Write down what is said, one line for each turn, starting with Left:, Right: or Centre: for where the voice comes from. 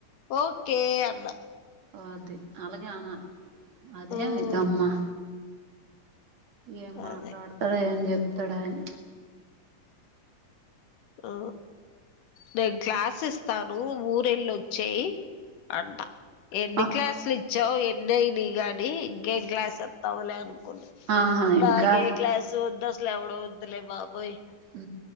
Left: ఓకే అన్నా
Right: అది అలాగే ఆనాలి అదేం
Left: మ్మ్
Right: విధమ్మా ఏం మాట్లాడతాడో
Left: అదే
Right: ఏం చెతడు ఆయన
Left: ఆ నేను క్లాస్ ఇస్తాను ఊరెళ్ళొచ్చేయి అంట ఎన్ని
Right: ఆ
Left: క్లాసులు ఇచ్చావు ఎన్నయినియి గాని ఇంకేం క్లాస్ చెప్తావులే అను
Right: ఆహా
Left: నాకే
Right: ఇంకా
Left: క్లాసూ వద్దు అసలు ఎవడూ వద్దులే బాబోయ్
Right: ఊ